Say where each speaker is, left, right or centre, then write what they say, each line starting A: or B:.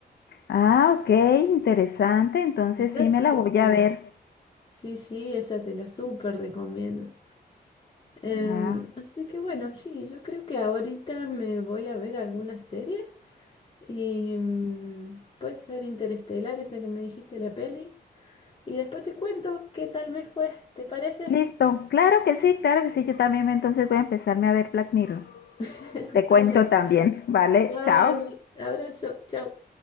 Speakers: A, on the left; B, on the left.
A: Ah, ok, interesante, entonces
B: Está
A: sí
B: súper
A: me la voy a ver.
B: Sí, sí, esa te la súper recomiendo. Em,
A: Ah,
B: así que bueno, sí, yo creo que ahorita me voy a ver alguna serie y mm, puede ser Interestelar, esa que me dijiste la peli, y después te cuento qué tal me fue, ¿te parece?
A: Listo, claro que sí, claro que sí, yo también entonces voy a empezarme a ver Black Mirror.
B: <laughs>
A: Te cuento
B: Dale,
A: también, ¿vale?
B: vale,
A: Chao.
B: abrazo, chao.